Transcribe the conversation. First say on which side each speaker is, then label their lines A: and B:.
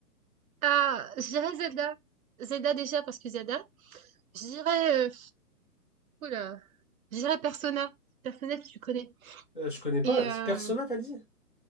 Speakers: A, on the right; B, on the left.
A: Ah, je dirais Zelda. Zelda déjà parce que Zelda, Je dirais, euh, oula, je dirais Persona. Persona, si tu connais.
B: Euh, je connais pas.
A: Et euh,
B: Persona, t'as dit?